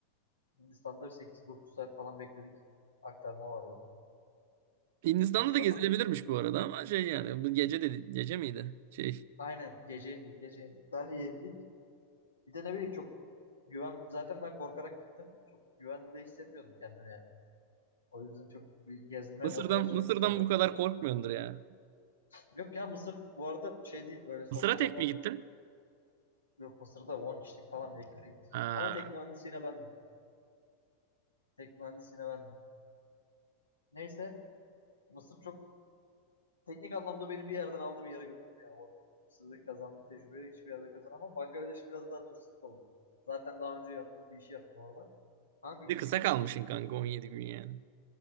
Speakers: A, on the left; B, on the right.
A: Hindistan'da 8-9 saat falan bekledik. Aktarma vardı.
B: Hindistan'da
A: Hindistan'da
B: da gezilebilirmiş bu arada ama şey yani bu gece de gece miydi? Şey.
A: aynen gece indik, gece indik. Delhi'ye indik. Bir de ne bileyim çok güven... Zaten ben korkarak gittim. Çok güvende hissetmiyordum kendimi yani. O yüzden çok bir gezme
B: Mısır'dan
A: motivasyonum
B: Mısır'dan
A: hiç olmadı.
B: bu kadar korkmuyordur ya.
A: Yok ya Mısır bu arada şey değil öyle sosyal
B: Mısır'a tek
A: anlamda
B: mi gittin?
A: yok Mısır'da 10 kişilik falan bir ekiple gittik.
B: Ha.
A: Ama tek mühendisi yine bendim. Tek mühendisi yine bendim. Neyse Mısır çok teknik anlamda beni bir yerden aldı bir yere götürdü. Yani o Mısır'da kazandığım tecrübeyi hiçbir yerde kazanamam. Bangladeş biraz daha turistik oldu. Zaten daha önce yaptığım bir işi yaptım orada. Kanka gittik.
B: Bir de kısa kalmışsın kanka on yedi gün yani.